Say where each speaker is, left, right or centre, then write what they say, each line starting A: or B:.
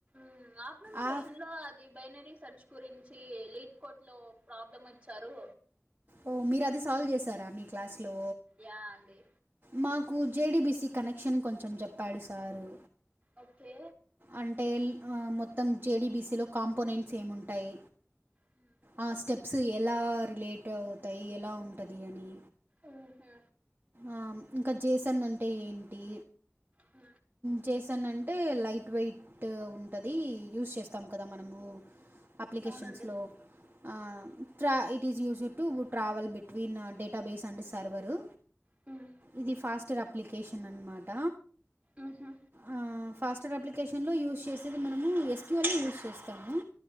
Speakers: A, on the right (about 25°); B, on the right (about 40°).
A: ఉమ్ ఆఫ్టర్నూన్ సెషన్
B: ఆ
A: లో ఆ ఇ బైనరీ సర్చ్ గురించీ లీడ్ కోట్ లో ప్రాబ్లం అచ్చారూ
B: ఓ మీరు అది సాల్వ్ చేసారా మీ క్లాస్ లో
A: యా అండి
B: మాకు J D B C connection కొంచెం చెప్పాడు సారూ
A: ఓకే
B: అంటే ఎల్ ఆ మొత్తం జే డీ బీ సీ లో కాంపోనెంట్స్ ఏముంటాయి
A: హ్మ్
B: ఆ స్టెప్స్ ఎలా రిలేటు అవుతాయి ఎలా ఉంటది అని
A: ఉహు
B: ఆ ఇంకా జే సన్ అంటే ఏంటీ
A: ఉ
B: జె సన్ అంటే లైట్ వెయిట్ టు ఉంటదీ యూస్ చేస్తాము కదా మనము అప్లికేషన్స్
A: అవునండి.
B: లో ఆ ట్రా ఇట్ ఈస్ యూస్డ్ టు గు travel between data base and server
A: హ్మ్
B: ఇది ఫాస్టర్ అప్లికేషన్ అన్మాట
A: ఉహు
B: ఆ ఫాస్టర్ అప్లికేషన్లో యూస్ చేసేది మనము ఎస్ క్యూ ఎల్ నీ యూస్ చేస్తాము